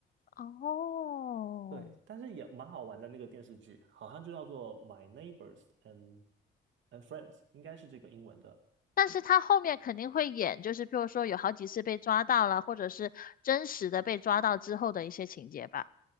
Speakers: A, on the left; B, on the right.
A: 哦，
B: 对，但是也蛮好玩的那个电视剧，好像就叫做《My Neighbors and and Friends》，应该是这个英文的
A: 但是他后面肯定会演，就是譬如说有好几次被抓到了，或者是真实的被抓到之后的一些情节吧。